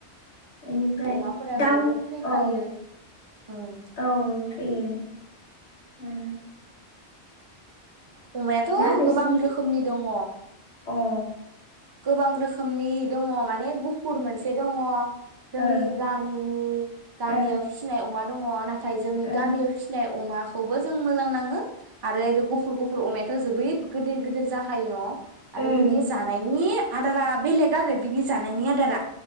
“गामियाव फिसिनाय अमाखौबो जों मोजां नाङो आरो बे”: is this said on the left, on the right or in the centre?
Right